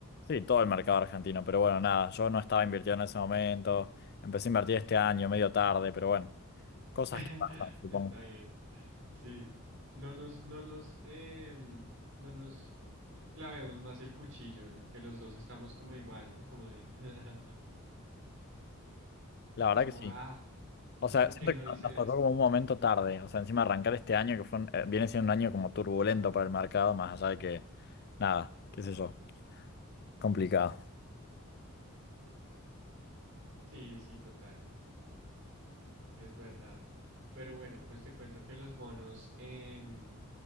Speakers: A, on the left; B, on the right.
A: Sí, todo el mercado argentino, pero bueno, nada, yo no estaba invirtiendo en ese momento, empecé a invertir este año, medio tarde, pero bueno, cosas
B: <laughs>
A: que pasan, supongo.
B: Está bien. Sí. No nos, no nos, em, no nos clavemos más el cuchillo, que los dos estamos como igual, ¿no? Como de, <laughs>
A: La verdad
B: como,
A: que sí.
B: ah,
A: O sea,
B: ¿por
A: siento
B: qué no
A: que
B: hice
A: nos tocó
B: esto?
A: como un momento tarde, o sea, encima arrancar este año que fue un- eh, viene siendo un año como turbulento para el mercado, más allá de que, nada, qué sé yo, complicado.
B: Sí, sí, total. Es verdad. Pero bueno, pues te cuento que los bonos en,